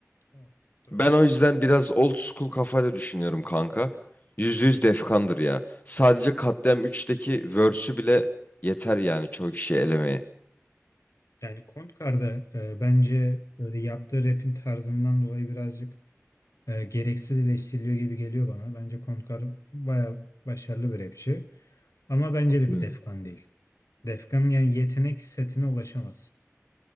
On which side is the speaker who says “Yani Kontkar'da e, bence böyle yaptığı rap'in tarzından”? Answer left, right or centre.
Left